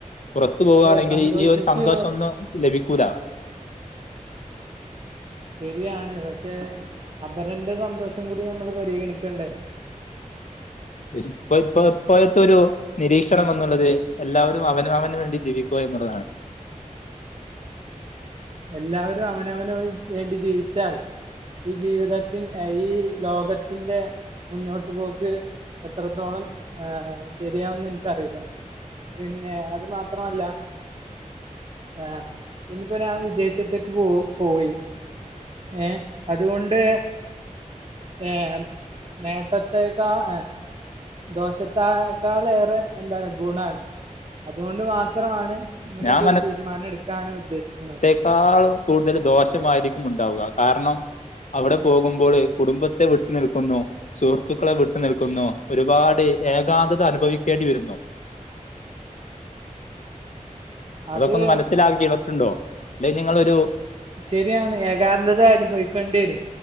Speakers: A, on the left; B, on the right.
A: പുറത്ത് പോവാണെങ്കില്
B: അതെ സന്തോഷിച്ച്
A: ഈ ഒര് സന്തോഷൊന്നും ലഭിക്കൂല
B: ശരിയാണ് പക്ഷെ അപരന്റെ സന്തോഷം കൂടി ഞമ്മള് പരിഗണിക്കണ്ടെ
A: ഒരിപ്പ യിപ്പ ഇപ്പങ്ങത്തൊരു നിരീക്ഷണം എന്നുള്ളത് എല്ലാവരും അവനവന് വേണ്ടി ജീവിക്കുക എന്നുള്ളതാണ്
B: എല്ലാവരും അവനവന് വേണ്ടി ജീവിച്ചാൽ ഈ ജീവിതത്തിൻ ഈ ലോകത്തിന്റെ മുന്നോട്ട് പോക്ക് എത്രെത്തോളം ഏഹ് ശരിയാവുന്ന് ഇൻക്കറിയൂല്ല പിന്നെ അത് മാത്രല്ല ആഹ് ഇനിപ്പൊ ഞാ വിദേശത്തേക്ക് പോ പോയി ഏഹ് അതുകൊണ്ട് ഏഹ് നേട്ടത്തെക്കാ ഏഹ് ദോഷത്താ ക്കാൾ ഏറെ എന്താണ് ഗുണാണ് അതുകൊണ്ട് മാത്രാണ് ഇങ്ങനൊരു
A: ഞാൻ
B: തീരുമാനെട്ക്കാന് ഉദ്ദേശിക്കുന്നത്
A: ക്കാൾ കൂടുതല് ദോഷമായിരിക്കും ഉണ്ടാവുക കാരണം അവ്ടെ പോകുമ്പോള് കുടുംബത്തെ വിട്ട് നിൽക്കുന്നു സുഹൃത്തുക്കളെ വിട്ട് നിൽക്കുന്നു ഒരുപാട് ഏകാന്തത അനുഭവിക്കേണ്ടി വരുന്നു അതൊക്കൊന്ന്
B: അത്
A: മനസ്സിലാക്കി വെക്ക്ണ്ണ്ടോ അല്ലെഞി ങ്ങളൊരു
B: ശരിയാണ് ഏകാന്തത അനുഭവി ക്കണ്ടേരും